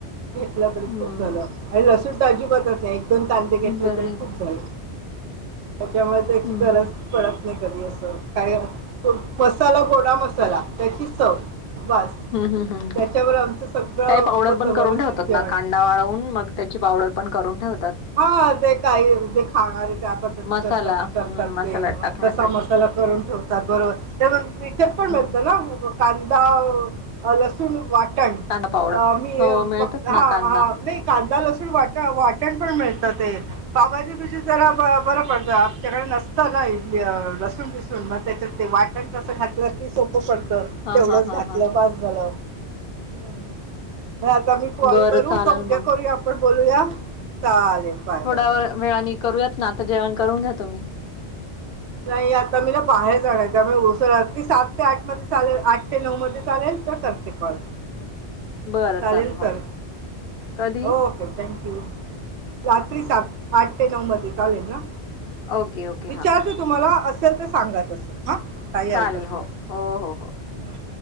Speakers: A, on the right (about 70°); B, on the left (about 55°).
A: घेतला तर ही
B: हं.
A: खुप झालं. अशी भाजी बनत नई. दोन कांदे घेतले
B: बरं
A: तरी
B: आहे.
A: खूप झाले. त्याच्यामुळे त्याची
B: हं.
A: गरज पडत नाही कधी असं, काय मसाला गोडा मसाला त्याची सवय बस
B: हं, हं, हं.
A: त्याच्यावर आमचं सगळं
B: काही पावडर
A: होतं
B: पण
A: व्यवस्थित
B: करून ठेवतात
A: जेवण.
B: ना कांदा वाळवून मग त्याची पावडर पण करून ठेवतात.
A: हा ते काही जे खाणार आहे त्या पद्धतीचं
B: मसाला
A: असतात ते करतात
B: हं, मसाला
A: ते.
B: टाकण्यासाठी.
A: तसा मसाला करून ठेवतात बरोबर. त्या विकत पण
B: हं.
A: मिळतं ना? कांदा अ लसूण वाटण
B: कांदा पावडर.
A: अ मी
B: हो, मिळतात
A: फक हा
B: ना कांदा.
A: हा नाही कांदा लसूण वाट वाटण कुठं पण मिळत ते. पावभाजी बीजी जरा बर पडत आमच्याकडे नसतं ना लसूण बिस सून मग त्याच्यात ते वाटण तसं घातलं की सोपं पडतं.
B: हां,
A: तेवढंच
B: हां, हां,
A: घातलं
B: हां.
A: बास झालं. हम्म हम्म. मग आता मी कॉल
B: बरं
A: करू
B: चालेल
A: का उद्या
B: मग.
A: करूया आपण बोलूया? चालेल. बाय
B: थोड्या
A: बाय बाय
B: व वेळाने करूयात ना, आता जेवण करून घ्या तुम्ही.
A: नाही आता मी ना बाहेर जाणार आहे, त्यामुळे मोस्टली सात ते आठ मध्ये चालेल? आठ ते नऊ मध्ये चालेल तर करते कॉल.
B: बरं
A: चालेल
B: हो.
A: तर,
B: कधी?
A: हो ओके थँ क्यू. रात्री
B: हां.
A: सात आठ ते नऊ मध्ये चालेल ना?
B: ओके. ओके.
A: विचारते
B: हां.
A: तुम्हाला असेल तर सांगा तसं, हा काही
B: चालेल.
A: हरकत
B: हो.
A: नाही.
B: हो, हो, हो.